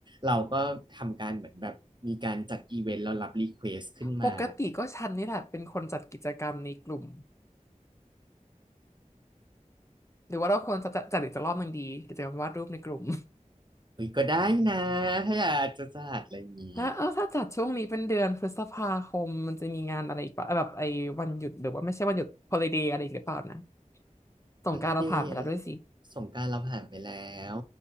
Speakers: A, on the right; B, on the left.
A: เราก็ทำการเหมือนแบบมีการจัดอีเวนต์เรารับรีเควสขึ้นมา
B: ปกติก็ฉันนี่แหละเป็นคนจัดกิจกรรมในกลุ่มหรือว่าเราควรจะจัดจัดอีกสักรอบหนึ่งดีกิจกรรมวาดรูปในกลุ่ม
A: เฮ้ยก็ได้นะถ้าอยากจะจัดอะไรอย่างนี้
B: <laughs> แล้วเออถ้าจัดช่วงนี้เป็นเดือนพฤษภาคมมันจะมีงานอะไรอีกปะแบบไอ้วันหยุดหรือว่าไม่ใช่วันหยุดฮอ l i d ด y อะไรอีกหรือเปล่านะสงกรานต์เราผ่านไปแล้วด้วยสิ
A: ฮอลิเดย์สงกรานต์เราผ่านไปแล้ว